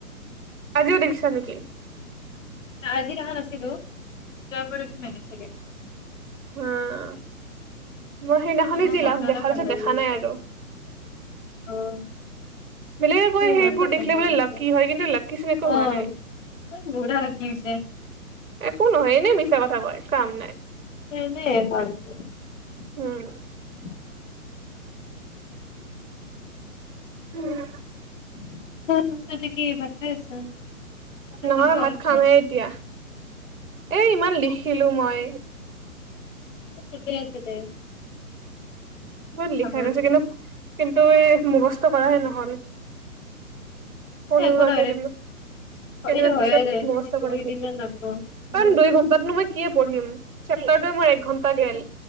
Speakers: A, on the right; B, on the left.
A: আজিও দেখিছা নেকি
B: আজি অহা নাছিলো <unintelligible> চাগে।
A: উম। মই সেইদিনাখনে
B: ত' মোৰ
A: যি
B: মনটো
A: লাষ্ট
B: অলপ
A: দেখা পাইছো
B: ভাল লাগি
A: দেখা
B: গৈছে।
A: নাই আৰু।
B: অ',
A: বেলেগে কয় সেইবোৰ
B: মনটো ভাল
A: দেখিলে
B: লাগিছে
A: বোলে লাকি হয় কিন্তু লাকি চোন একো
B: অ',
A: হোৱা নাই
B: <unintelligible>
A: কো নহয় এনেই মিছা কথা কয়, কাম নাই।
B: <unintelligible>
A: উম উম।
B: <unintelligible> নে
A: নহয়
B: খাব
A: ভাত
B: হৈছে?
A: খামহে এতিয়া। এ ইমান লিখিলো মই। <inaudible>
B: ঠিকে আছে দে,
A: বত লিখা
B: খাব
A: গৈছে
B: যোৱা।
A: কিন্তু কিন্তু এই মুখস্থ কৰাহে নহ'ল। পঢ়িম
B: এ একো
A: ৰ'
B: নহয়
A: কেইদিনমান
B: দে,
A: কেইদিনমান
B: এইটো হয়ে
A: পিছত
B: দে,
A: মুগস্থ কৰিম
B: দুইদিনমান লাগব। উম,
A: কাৰণ দুই ঘন্টাতনো মই কি পঢ়িম চেপ্তাৰটোৱে মোৰ এক ঘণ্টা গেল।